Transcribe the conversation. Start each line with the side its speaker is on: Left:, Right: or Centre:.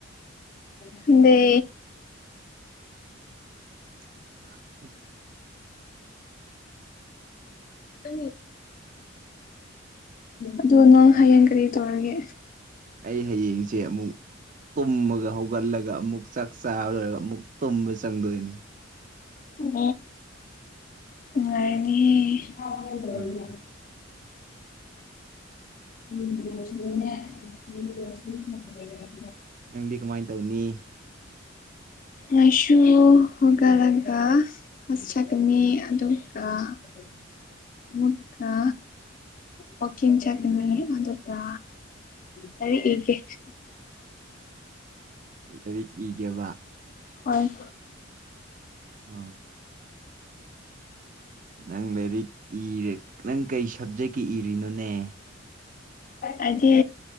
Left: ꯈꯟꯗꯦ ꯗ
Right: <inaudible>
Left: ꯎ ꯑꯗꯨ ꯅꯪ ꯍꯌꯦꯡ ꯀꯔꯤ ꯇꯧꯔꯒꯦ
Right: ꯑꯩ ꯍꯌꯦꯡꯖꯦ ꯑꯃꯨꯛ ꯇꯨꯝꯃꯒ ꯍꯧꯒꯠꯂꯒ ꯑꯃꯨꯛ ꯆꯥꯛ ꯆꯥ ꯂꯣꯏꯔꯒ ꯑꯃꯨꯛ ꯇꯨꯝꯕ ꯆꯪꯗꯣꯏꯅꯦ
Left: ꯑꯣ ꯅꯨꯉꯥꯏꯔꯦꯅꯦ
Right: ꯎꯝ
Left: <unintelligible>
Right: ꯅꯪꯗꯤ ꯀꯃꯥꯏ ꯇꯧꯅꯤ
Left: ꯃꯥꯏꯁꯨ ꯍꯧꯒꯠꯂꯒ ꯀ꯭ꯂꯥꯁ ꯆꯠꯀꯅꯤ ꯑꯗꯨꯒ <inaudible> ꯑꯃꯨꯛꯀ ꯋꯥꯀꯤꯡ ꯆꯠꯀꯅꯤ ꯑꯗꯨꯒ ꯂꯥꯢꯔꯤꯛ ꯢꯒꯦ
Right: ꯂꯩꯥꯢꯔꯤꯛ ꯢꯒꯦꯕ
Left: ꯍꯣꯢ
Right: ꯑꯥ ꯅꯪ ꯂꯥꯏꯔꯤꯛ ꯏꯔꯦ ꯅꯪ ꯀꯩ ꯁꯕꯖꯦꯛꯀꯤ ꯏꯔꯤꯅꯣꯅꯦ
Left: ꯑꯩꯗꯤ